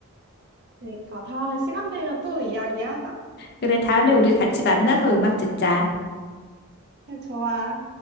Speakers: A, on the right (about 50°); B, on the left (about 45°).
A: 그러니까 다음에 시간 되면 또 이야기하자.
B: 그래, 다음에 우리 같이 만나서 음악 듣자.
A: 그래, 좋아.